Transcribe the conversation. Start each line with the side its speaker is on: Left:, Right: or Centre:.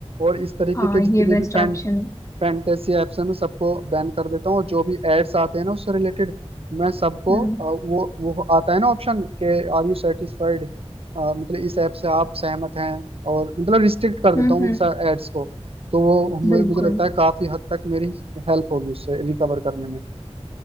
Right: और इस तरीके
Left: हाँ
Right: के जितने
Left: ये बेस्ट
Right: भी फैन
Left: ऑप्शन है
Right: फैंटेसी ऐप से मैं सबको बैन कर देता हूँ और जो भी एड्स आते हैं ना उससे रिलेटेड मैं सबको
Left: हम्म
Right: अ, वो वो आता है ना ऑप्शन के आर यू सेटिस्फाइड मतलब इस ऐप से आप सहमत हैं और मतलब रिस्ट्रिक्ट कर
Left: हम्म
Right: देता हूँ
Left: हम्म,
Right: उन एड्स को तो वो मुझे
Left: बिल्कुल
Right: मुझे लगता है काफी हद तक मेरी हेल्प होगी उससे रिकवर करने में